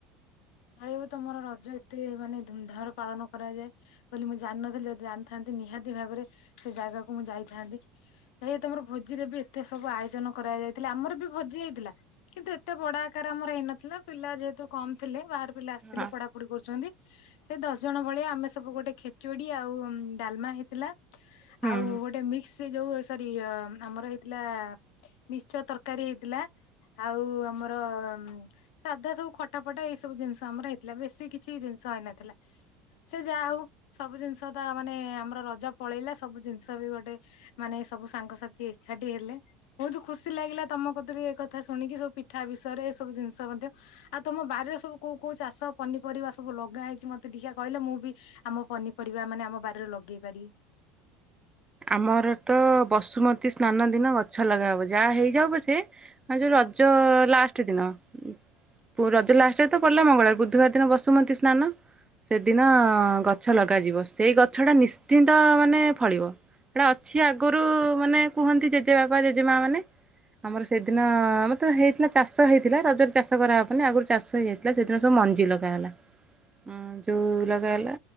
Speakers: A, on the left; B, on the right.
A: ହେଲେବି ତମର ରଜ ଏତେ ମାନେ ଧୁମଧାମରେ ପାଳନ କରାଯାଏ। ବୋଲି ମୁଁ ଜାଣିନଥିଲି ଯଦି ଜାଣିଥାନ୍ତି ନିହାତି ଭାବରେ ସେ ଜାଗାକୁ ମୁଁ ଯାଇଥାନ୍ତି। ସେ ତମର ଭୋଜିରେ ବି ଏତେ ସବୁ ଆୟୋଜନ କରାଯାଇଥିଲା ଆମର ବି ଭୋଜି ହେଇଥିଲା। କିନ୍ତୁ ଏତେ ବଡା ଆକାର ଆମର ହେଇନଥିଲା ପିଲା ଯେହେତୁ କମ ଥିଲେ ବାହାର ପିଲା ଆସିଥିଲେ
B: ହଁ
A: ପଢା ପଢ଼ି କରୁଛନ୍ତି ସେ ଦଶ ଜଣ ଭଳିଆ ଆମେ ସବୁ ଗୋଟେ ଖେଚୁଡି ଆଉ ଡାଲମା ହେଇଥିଲା।
B: ହୁଁ।
A: ଆଉ ଗୋଟେ ମିକ୍ସ ସେ ଯୋଉ ସରି ଆମର ହେଇଥିଲା ମିକ୍ସଚର ତରକାରୀ ହେଇଥିଲା। ଆଉ ଆମର ସାଧା ସବୁ ଖଟା ଫଟା ଏଇ ସବୁ ଜିନିଷ ଆମର ହେଇଥିଲା ବେଶୀ କିଛି ଜିନିଷ ହେଇନଥିଲା। ସେ ଯାହା ହଉ ସବୁ ଜିନିଷ ତା ମାନେ ଆମର ରଜ ପଳେଇଲା ସବୁ ଜିନିଷ ବି ଗୋଟେ ମାନେ ସବୁ ସାଙ୍ଗସାଥି ଏକାଠି ହେଲେ। ବହୁତ ଖୁସି ଲାଗିଲା ତମ କତିରୁ ଏ କଥା ଶୁଣିକି ସବୁ ପିଠା ବିଷୟରେ ଏ ସବୁ ଜିନିଷ ମଧ୍ୟ ଆଉ ତମ ବାରିରେ ସବୁ କୋଉ କୋଉ ଚାଷ ପନିପରିବା ସବୁ ଲଗା ହେଇଛି ମତେ ଦେଖିଆ କହିଲେ ମୁଁ ବି ଆମ ପନିପରିବା ମାନେ ଆମ ବାଡିରେ ଲଗେଇ ପାରିବି।
B: ଆମର ତ ବସୁମତୀ ସ୍ନାନ ଦିନ ଗଛ ଲଗା ହବ ଯାହା ହେଇଯାଉ ପଛେ ଆଁ ଯୋଉ ରଜ ଲାଷ୍ଟ ଦିନ। ପୁ ରଜ ଲାଷ୍ଟରେ ତ ପଡ଼ିଲା ମଙ୍ଗଳବାର ବୁଧବାର ଦିନ ବସୁମତି ସ୍ନାନ। ସେଦିନ ଗଛ ଲଗାଯିବ ସେଇ ଗଛଟା ନିଶ୍ଚିନ୍ତ ମାନେ ଫଳିବ। ଏଡା ଅଛି ଆଗରୁ ମାନେ କୁହନ୍ତି ଜେଜେ ବାପା ଜେଜେ ମା ମାନେ। ଆମର ସେଦିନ ଆମତ ହେଇଥିଲା ଚାଷ ହେଇଥିଲା ରଜରେ ଚାଷ କରାହେବନି ଆଗରୁ ଚାଷ ହେଇଯାଇ ଥିଲା ସେଦିନ ସବୁ ମଞ୍ଜି ଲଗା ହେଲା। ଉମ ଯୋଉ ଲଗା ହେଲା